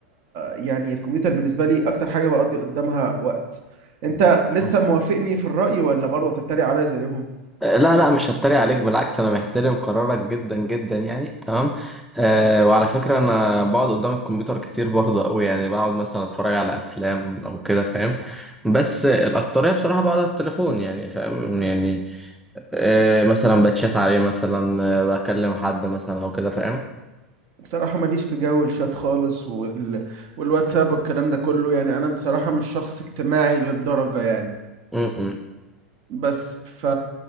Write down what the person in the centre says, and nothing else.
مم.
آه، لا لا مش هتريق عليك بالعكس انا محترم قرارك جدا جدا يعني تمام آه وعلى فكرة انا بقعد قدام الكمبيوتر كتير برضه قوي يعني بقعد مثلا اتفرج على افلام او كده فاهم بس آه، الاكترية بصراحة بقعد على التليفون يعني فاهم يعني آه مثلا بتشات عليه مثلا آه بكلم حد مثلا او كده فاهم
مم، مم.